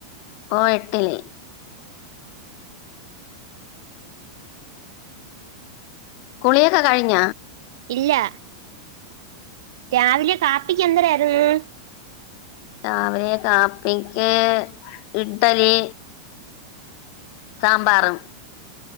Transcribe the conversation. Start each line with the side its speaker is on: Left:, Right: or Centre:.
Left: ഓഹ് എട്ടില് കുളിയൊക്ക കഴിഞ്ഞ
Right: ഇല്ല രാവിലെ കാപ്പിക്കി എന്തരായിര്ന്ന്
Left: രാവിലെ കാപ്പിക്കി ഇഡലി സാമ്പാറും